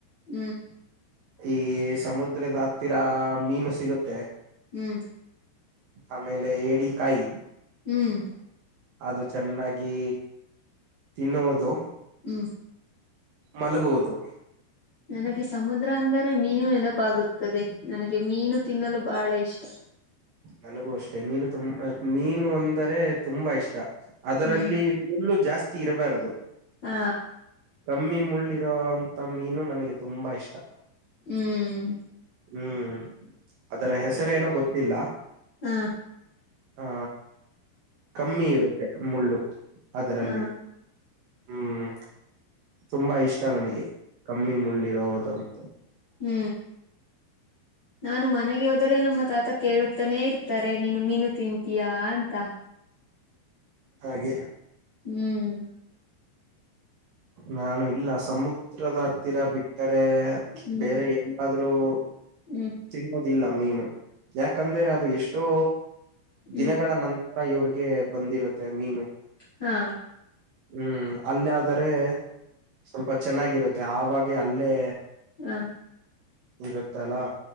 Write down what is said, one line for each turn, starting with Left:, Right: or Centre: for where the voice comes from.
Left: ಹ್ಮ್
Right: ಈ ಸಮುದ್ರದ ಹತ್ತಿರ ಮೀನು ಸಿಗುತ್ತೆ.
Left: ಹ್ಮ್
Right: ಆಮೇಲೆ ಏಡಿಕಾಯಿ.
Left: ಹ್ಮ್
Right: ಅದು ಚೆನ್ನಾಗಿ ತಿನ್ನುವುದು
Left: ಹ್ಮ್
Right: ಮಲಗುವುದು.
Left: ನನಗೆ ಸಮುದ್ರ ಅಂದರೆ ಮೀನು ನೆನಪು. ತಪ್ಪಾಗುತ್ತದೆ ನನಗೆ ಮೀನು ತಿನ್ನಲು ಬಹಳ ಇಷ್ಟ.
Right: ನನಗೂ ಅಷ್ಟೆ ಮೀನು ತುಂಬ ಮೀನು ಅಂದರೆ ತುಂಬಾ ಇಷ್ಟ. ಅದರಲ್ಲಿ
Left: ಹ್ಮ್
Right: ಮಳ್ಳು ಜಾಸ್ತಿ. ತೀರಬಾರದು
Left: ಹಾ
Right: ಕಮ್ಮಿ ಮುಳ್ಳಿರೋಂತ ಮೀನು ನನಗೆ ತುಂಬಾ ಇಷ್ಟ.
Left: ಹ್ಮ್
Right: ಹ್ಮ್ ಅದರ ಹೆಸರೇಏನೋ ಗೊತ್ತ. ಇಲ್ಲ.
Left: ಹ್ಮ
Right: ಆ ಕಮ್ಮಿ ಇರುತ್ತೆ. ಮುಳ್ಳು ಅದರಲ್ಲಿ.
Left: ಹಾ
Right: ಹ್ಮ್ ತುಂಬಾ ಇಷ್ಟ ನನಗೆ ಕಮ್ಮಿ ಮುಳ್ಳಿರೋದಂತೂ.
Left: ಹ್ಮ್ ನಾನು ಮನೆಗೆ ಹೋದರೆೆ ನಮ್ಮ ತಾತ ಕೇಳುತ್ತಾನೇ ಇರ್ತಾರೆ ನೀನು ಮೀನು ತಿಂತೀಯಾ- ಅಂತ.
Right: ಹಾಗೆ
Left: ಹ್ಮ್
Right: ನಾನು ಇಲ್ಲ ಸಮುದ್ರದ ಹತ್ತಿರ ಬಿಟ್ಟರೆ
Left: ಹ್ಮ್
Right: ಬೇರೆ ಎಲ್ಲಾದರೂ ಅ
Left: ಹ್ಮ್
Right: ತಿನ್ನದ ಇಲ್ಲ ಮೀನು ಯಾಕಂದ್ರೆ ಅದು ಎಷ್ಟೋ
Left: ಹ್ಮ್
Right: ದಿನಗಳ ನನ್ತರ ಇವ್ರಿಗೆ ಬಂದಿರುತ್ತೆ ಮೀನು
Left: ಹಾ
Right: ಹ್ಮ್ ಅಲ್ಲಾದರೆ ಸ್ವಲ್ಪ ಚೆನ್ನಾಗಿರುತ್ತೆ ಆವಾಗ್ಲೇ ಅಲ್ಲೇ
Left: ಹ
Right: ಇರುತ್ತಲಾ